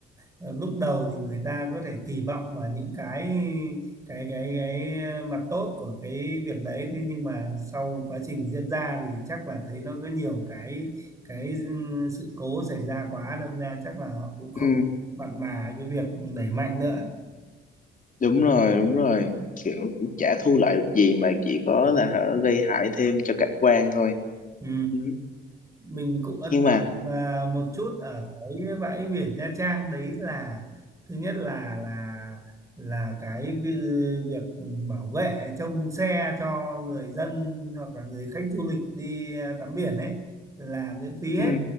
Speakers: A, on the right; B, on the left.
A: ờ, lúc đầu thì người ta có thể kỳ vọng vào những cái cái cái cái mặt tốt của cái việc đấy thế nhưng mà sau quá trình diễn ra thì chắc là thấy nó có nhiều cái cái sự cố xảy ra quá đâm ra chắc là họ cũng không
B: ừ.
A: mặn mà cái việc đẩy mạnh nữa
B: đúng rồi đúng rồi kiểu cũng chả thu lại được gì mà chỉ có là hả, gây hại thêm cho cảnh quan thôi
A: ừ.
B: ừ.
A: mình cũng ấn
B: nhưng
A: tượng
B: mà
A: à, một chút ở cái bãi biển Nha Trang đấy là thứ nhất là là là cái vi- việc bảo vệ trông xe cho người dân hoặc là người khách du lịch đi à, tắm biển ấy là miễn phí hết
B: ừ.